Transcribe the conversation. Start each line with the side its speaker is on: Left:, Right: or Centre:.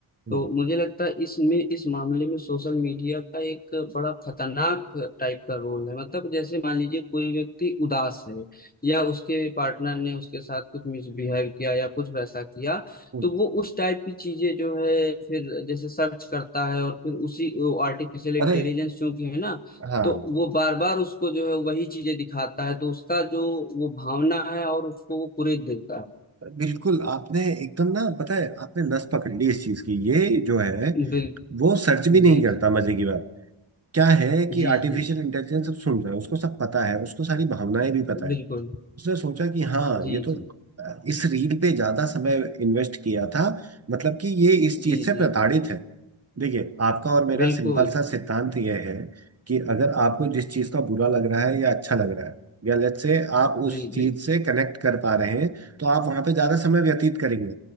Right: हम्म,
Left: तो मुझे लगता है इसमें इस मामले में सोशल मीडिया का एक बड़ा खतरनाक टाइप का रोल है मतलब जैसे मान लीजिए कोई व्यक्ति उदास है या उसके पार्टनर ने उसके साथ कुछ मिसबिहेव किया या कुछ वैसा किया
Right: हम्म।
Left: तो वो उस टाइप की चीजें जो है फिर जैसे सर्च करता है और फिर उसी आर्टिफिशियल इंटेलिजेंस
Right: अरे
Left: चूंकि है ना
Right: हाँ
Left: तो वो बार बार उसको जो है वही चीजें दिखाता है तो उसका जो वो भावना है और उसको वो पूरे देता
Right: बिल्कुल आपने एकदम ना पता है आपने नस पकड़ ली इस चीज की ये जो है
Left: है बिल
Right: वो सर्च भी नहीं
Left: जी
Right: करता मजे की बात क्या है कि
Left: जी
Right: आर्टिफिशियल
Left: जी
Right: इंटेलिजेंस सब सुन रहा है उसको सब पता है उसको सारी भावनाएं भी पता
Left: बिल्कुल
Right: है उसने सोचा कि हाँ
Left: जी
Right: ये तो
Left: जी
Right: अ, इस रील पे ज्यादा समय इन्वेस्ट किया था मतलब कि ये इस चीज
Left: जी
Right: से
Left: जी
Right: प्रताड़ित है देखिए आपका और मेरा
Left: बिल्कुल
Right: सिंपल सा सिद्धांत यह है कि अगर आपको जिस चीज का बुरा लग रहा है या अच्छा लग रहा है या लेट्स से आप उस
Left: जी
Right: चीज
Left: बि,
Right: से कनेक्ट कर पा रहे हैं तो आप वहां पे ज्यादा समय व्यतीत करेंगे